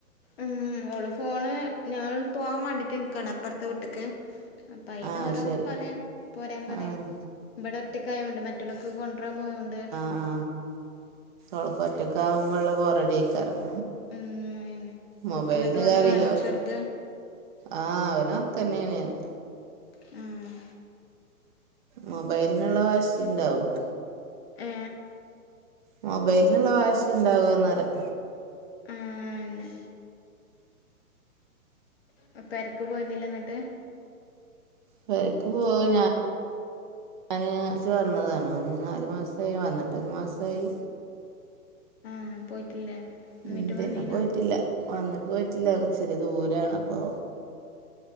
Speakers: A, on the left; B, on the right.
A: ഉ ഓള് ഫോണ് ഞാൻ പോവാൻ വേണ്ടിയിട്ട് നിക്കാണ് അപ്പുറത്തെ വീട്ടിക്ക്. അപ്പ അയിന്
B: ആഹ്
A: ഓരോ
B: ശരി
A: പറയ പോരാ പറയാ
B: ആഹ്
A: ഇവിടെ ഒറ്റക്കായമുണ്ട് മറ്റുള്ളൊക്ക് കൊണ്ടുരാൻ പോയുണ്ട്.
B: ആ ഓൾക് ഒറ്റക് ആകുമ്പോ ഉള്ള പോ റെഡി ഇക്കാരം
A: ഉം അയന്നെ
B: മൊബൈലിന്
A: കുട്ടി എന്നിട്ട് ഉറങ്ങാണോ
B: കരയ്യോ
A: ചെറുത്
B: ആഹ അവന ഉറ ക്ക തന്നെയാ ണ്.
A: ഉം
B: മൊബൈലിനുള്ള വാശി ണ്ടാവും
A: ഏ
B: മൊബൈലിനുള്ള വാശി ഇണ്ടാകോന്ന റ!
A: ആഹ് അന്നെ അപ്പൊ പേ രക്ക് പോരുന്നില്ല എന്നിട്ട്
B: പേരക്ക് പോ ഞാൻ ഞാന്ച്ച് വന്നതാണ് അവന് നാല് മാസമായി വന്നിട്ട് ഒരു മാസയി
A: ആഹ് പോയിട്ടില്ലേ? ഉമ്മീട്ട്
B: ഉം പിന്നെ
A: വന്നീനോ
B: പോയിട്ടില്ല, വന്നിട്ട് പോയിട്ടില്ല, ഇച്ചിരി ദൂരാണപ്പൊ